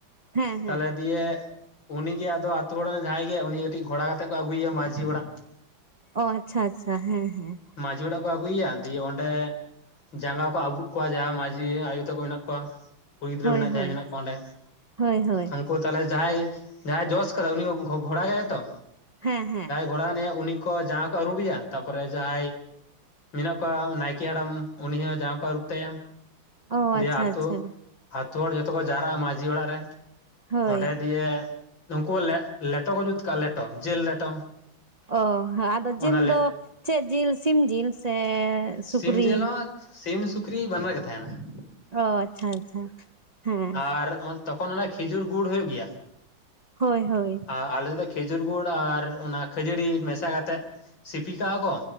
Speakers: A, on the right; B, on the left.
A: ᱦᱮᱸ ᱦᱮᱸ
B: ᱛᱟᱦᱞᱮ ᱫᱤᱭᱮ ᱩᱱᱤᱜᱮ ᱟᱫᱚ ᱟᱛᱳ ᱦᱚᱲ ᱨᱮᱱ ᱡᱟᱦᱟᱸᱭ ᱜᱮ ᱩᱱᱤ ᱠᱟᱹᱴᱤᱡ ᱜᱷᱚᱲᱟ ᱠᱟᱛᱮᱜ ᱠᱚ ᱟᱹᱜᱩᱮᱭᱟ ᱢᱟᱺᱡᱷᱤ ᱚᱲᱟᱜ ᱾
A: ᱚ ᱟᱪᱪᱷᱟ ᱟᱪᱪᱷᱟ ᱦᱮᱸ ᱦᱮᱸ᱾
B: ᱢᱟᱺᱡᱷᱤ ᱚᱲᱟᱜ ᱠᱚ ᱟᱹᱜᱩᱭ ᱭᱟ ᱫᱤᱭᱮ ᱚᱸᱰᱮ ᱡᱟᱸᱜᱟ ᱠᱚ ᱟᱵᱩᱜ ᱠᱚᱣᱟ ᱡᱟᱦᱟᱸᱭ ᱢᱺᱡᱷᱤ ᱟᱭᱳ ᱛᱟᱠᱚ ᱢᱮᱱᱟᱜ ᱠᱚᱣᱟ ᱠᱩᱲᱤ ᱜᱤᱫᱽᱨᱟᱹ
A: ᱦᱳᱭ
B: ᱢᱮᱱᱟᱜ
A: ᱦᱳᱭ
B: ᱡᱟᱦᱟᱸᱭ ᱢᱮᱱᱟᱜ ᱠᱚᱣᱟ ᱚᱸᱰᱮ
A: ᱦᱳᱭ ᱦᱳᱭ
B: ᱩᱱᱠᱩ ᱛᱟᱦᱞᱮ ᱡᱟᱦᱟᱸᱟᱭ ᱡᱟᱦᱟᱸᱟᱭ ᱡᱚᱥ ᱠᱟᱫᱟ ᱩᱱᱤ ᱜᱷᱚ ᱜᱷᱚᱲᱟᱭᱟ ᱛᱚ?
A: ᱦᱮᱸ ᱦᱮᱸ
B: ᱜᱷᱚᱲᱟᱱᱮ ᱩᱱᱤ ᱠᱚ ᱡᱟᱸᱜᱟ ᱠᱚ ᱟᱹᱨᱩᱵᱮᱭᱟ ᱛᱟᱯᱚᱨᱮ ᱡᱟᱦᱟᱸᱭ ᱢᱮᱱᱟᱜ ᱠᱚᱣᱟ ᱱᱟᱭᱠᱮ ᱦᱟᱲᱟᱢ ᱩᱱᱤ ᱦᱚᱸ ᱡᱟᱸᱜᱟ ᱠᱚ ᱟᱹᱨᱩᱵ ᱛᱟᱭᱟ
A: ᱚ
B: ᱫᱤᱭᱮ
A: ᱟᱪᱪᱷᱟ
B: ᱟᱹᱛᱩᱳ
A: ᱟᱪᱪᱷᱟ
B: ᱟᱹᱛᱩ ᱦᱚᱲ ᱡᱷᱚᱛᱚ ᱠᱚ ᱡᱟᱣᱨᱟᱜᱼᱟ ᱢᱟᱺᱡᱷᱤ ᱚᱲᱟᱜ ᱨᱮ,
A: ᱦᱳᱭ
B: ᱚᱸᱰᱮ ᱫᱤᱭᱮ ᱱᱩᱠᱩ ᱞᱮ ᱞᱮᱴᱚ ᱠᱚ ᱡᱩᱛ ᱠᱟᱜᱼᱟ ᱞᱮᱴᱚ ᱡᱤᱞ ᱞᱮᱴᱚ,
A: ᱚ ᱟᱫᱚ ᱡᱤᱞ
B: ᱚᱱᱟ
A: ᱫᱚ ᱪᱮᱫ ᱡᱤᱞ ᱥᱤᱢ ᱡᱤᱞ? ᱥᱮ ᱥᱩᱠᱨᱤ
B: ᱥᱤᱢ ᱡᱮᱞ ᱦᱚᱸ ᱥᱤᱢ-ᱥᱩᱠᱨᱤ ᱵᱟᱱᱟᱨ ᱜᱮ ᱛᱟᱦᱮᱸᱱᱟ ᱾
A: ᱚ ᱟᱪᱪᱷᱟ ᱟᱪᱪᱷᱟ ᱦᱮᱸ᱾
B: ᱟᱨ ᱛᱚᱠᱷᱚᱱ ᱚᱱᱮ ᱠᱷᱤᱡᱩᱨ ᱜᱩᱲ ᱦᱩᱭᱩᱜ ᱜᱮᱭᱟ,
A: ᱦᱳᱭ ᱦᱳᱭ
B: ᱟᱨ ᱟᱞᱮ ᱥᱮᱫᱚ ᱠᱷᱮᱡᱩᱨ ᱜᱩᱲ ᱟᱨ ᱚᱱᱟ ᱠᱷᱟᱹᱡᱟᱹᱲᱤ ᱢᱮᱥᱟ ᱠᱟᱛᱮᱜ ᱥᱤᱯᱤ ᱠᱟᱜᱼᱟ ᱠᱚ,